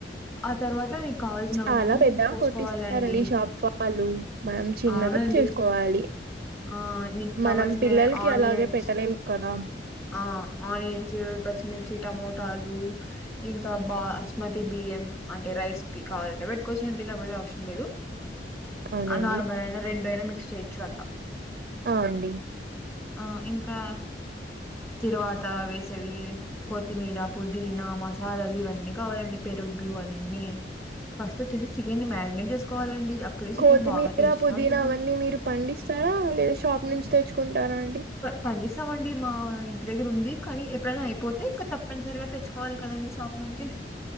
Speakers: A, on the left (about 15°); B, on the right (about 55°).
A: ఆ తర్వాత కావాల్సినవన్నీ
B: చాలా పెద్దగా
A: కోసుకోవాలండి
B: కొట్టిస్తారండి షాప్ వాళ్ళు మనం చిన్నగా
A: అవునండి
B: చేసుకోవాలి
A: ఆ నీకు కావాల్సిన
B: మనం పిల్లలకి
A: ఆనియన్స్
B: అలాగే పెట్టలేము కదా
A: ఆ ఆనియన్స్ పచ్చిమిర్చి టమోటాలు ఇంకా బాస్మతి బియ్యం యం అంటే రైస్ కి కావాలంటే పెట్టుకోవచ్చండి లేకపోతే అవసరం లేదు
B: అవునండి
A: నార్మల్ అయినా రెండు అయినా మిక్స్ చేయొచ్చు అట్లా
B: అ అండి
A: ఆ ఇంకా తిరువాత వేసేవి కొత్తిమీర పుదీనా మసాలాలు ఇవన్నీ కావాలండి పెరుగు అన్ని ఫస్ట్ వచ్చేసి చికెన్ నీ మారినేట్ చేసుకోవాలండి అప్పుడే చికెన్
B: కొత్తిమీర
A: బాగా టేస్టీగా
B: పుదీనా
A: ఉంటుంది.
B: అవన్నీ మీరు పండిస్తారా లేదా షాప్ నుంచి తెచ్చుకుంటారా అండి
A: పండిస్తామండి మా ఇంటి దగ్గర ఉంది కానీ ఎప్పుడైనా అయిపోతే ఇక తప్పనిసరిగా తెచ్చుకోవాలి కదండి షాప్ నుంచి